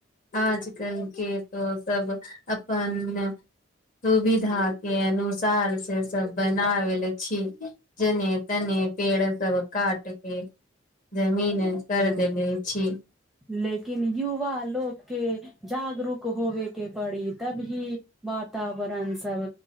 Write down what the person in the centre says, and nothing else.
ह
लेकिन युवा लोकके जागरूक होबे के पड़ी तभी वातावरण सब